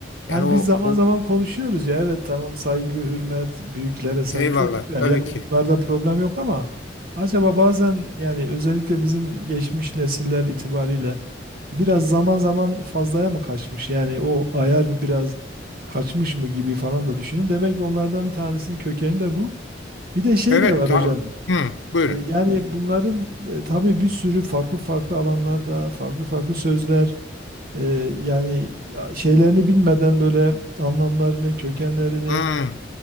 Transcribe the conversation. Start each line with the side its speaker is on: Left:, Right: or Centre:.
Right: Hani
Left: Yani o,
Right: biz zaman
Left: o
Right: zaman konuşuyoruz ya evet tamam saygı, hürmet, büyüklere saygı
Left: eyvallah
Right: çok güzel.
Left: tabii
Right: Yani
Left: ki.
Right: bunlarda problem yok ama acaba bazen yani özellikle bizim geçmiş nesiller itibariyle biraz zaman zaman fazlaya mı kaçmış? Yani o ayar mı biraz kaçmış mı gibi falan da düşünüyorum. Demek ki onlardan bir tanesinin kökeni de bu. Bir de şey
Left: Evet
Right: de var
Left: tamam.
Right: hocam.
Left: Hı, buyurun.
Right: E, Yani bunların e, tabii bir sürü farklı farklı alanlarda farklı farklı sözler ee, yani ya şeylerini bilmeden böyle anlamlarını, kökenlerini
Left: Hı,